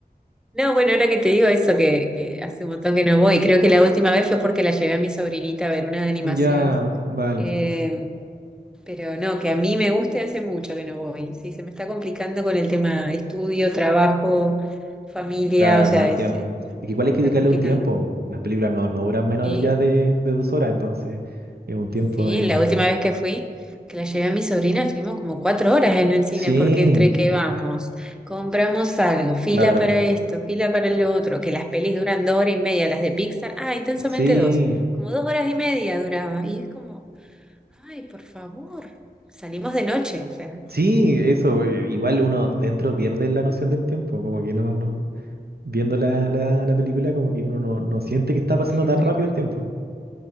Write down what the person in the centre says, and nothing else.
No, bueno, ahora que te digo eso, que, que hace un montón que no voy, creo que la última vez fue porque la llevé a mi sobrinita a ver una de animación.
Eh, pero no, que a mí me guste hace mucho que no voy. Sí, se me está complicando con el tema estudio, trabajo, familia,
o sea,
es-
eh,
me
está
complicando.
sí
Sí,
la última vez que fui, que la llevé a mi sobrina, estuvimos como cuatro horas en el cine,
porque entre que vamos, compramos algo, fila
para esto, fila para lo otro, que las pelis duran dos horas y media, las de Pixar, ah, intensamente
dos, como dos horas y media duraba, y es como, ay, por favor, salimos de noche, o sea,
eh,
tal
cual.